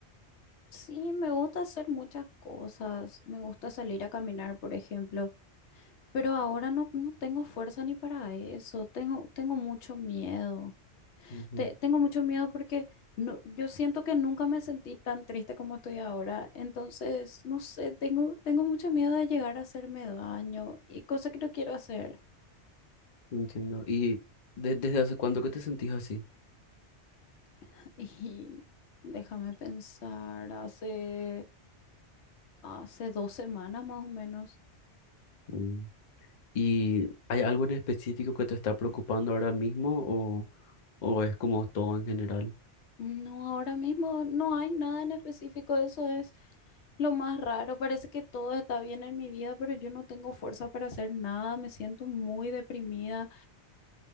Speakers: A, on the left; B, on the left.
A: Sí, me gusta hacer muchas cosas, me gusta salir a caminar, por ejemplo, pero ahora no, no tengo fuerza ni para eso, tengo, tengo mucho miedo.
B: Ujú,
A: te- tengo mucho miedo porque no, yo siento que nunca me sentí tan triste como estoy ahora. Entonces, no sé, tengo, tengo mucho miedo de llegar a hacerme daño y cosa que no quiero hacer.
B: Entiendo. ¿Y de- desde hace cuándo que te sentís así?
A: <laughs> Y déjame pensar, hace, hace dos semanas más o menos.
B: Mm. ¿Y hay algo en específico que te está preocupando ahora mismo o, o es como todo en general?
A: No, ahora mismo no hay nada en específico, eso es lo más raro. Parece que todo está bien en mi vida, pero yo no tengo fuerza para hacer nada, me siento muy deprimida.